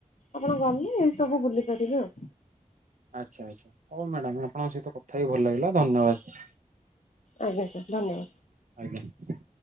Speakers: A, on the left; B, on the right.
A: ଆପଣ ଗଲେ ଏଇ ସବୁ ବୁଲି ପାରିବେ ଆଉ।
B: ଆଚ୍ଛା ଆଚ୍ଛା, ହଉ ମ୍ୟାଡ଼ାମ ଆପଣଙ୍କ ସହିତ କଥା ହେଇକି ଭଲ ଲାଗିଲା ଧନ୍ୟବାଦ।
A: ଆଜ୍ଞା ସାର୍ ଧନ୍ୟବାଦ।
B: ଆଜ୍ଞା।